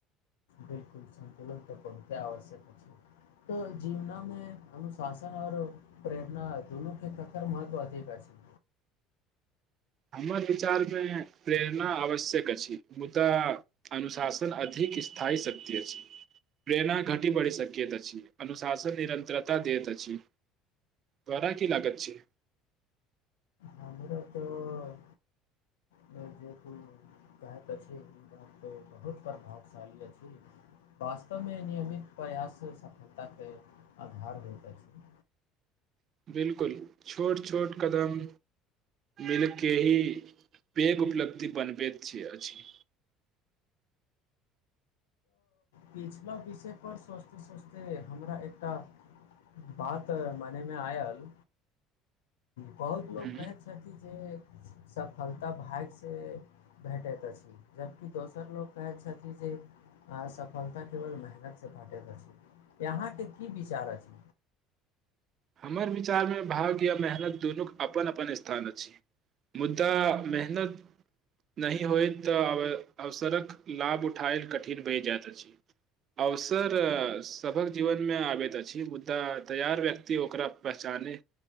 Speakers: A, on the left (about 85°); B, on the right (about 50°).
A: बिलकुल संन्तुलन तऽ पूणते आवश्यक अछि तऽ जीवनामे अनुशासन और प्रेरणा दुनू के ककरकर महत्व अधिक अछि
B: हमर विचारमे प्रेरणा आवश्यक अछि मुदा अनुशासन अधिक स्थायी शक्ति अछि प्रेरणा घटि बढ़ि सकैत अछि अनुशासन निरन्तरता दैत अछि तोराा की लागत छै
A: हमरा तऽ जे तू बहुत प्रभावशाली अछि वास्तवमे नियमित प्रयास सफलताके आधार होइत अछि
B: बिलकुल छोट छोट कदम मिलके ही पैघ उपलब्धि बनबैत छै अछि
A: पिछिला विषयपर सोचिते सोचिते हमरा एकटा बात मनेमे आयल बहुत लोकोग
B: हम्म,
A: कहै छथिन जे सफलता भाग्यसँ भेटैत अछि जबकि दोसर लोक कहैत छथि जे सफलता केवल मेहनतसँ भेटैत अछि यहाँके की विचार अछि
B: हमर विचारमे भाग्य या मेहनत दुनूक अपन अपन स्थान अछि मुद्दा मेहनत नहि होइत तऽ अवसरक लाभ उठायल कठिन बहि जाइत अछि अवसर सभक जीवनमे आबैत अछि मुद्दा तैयार व्यक्ति ओकरा पहचाने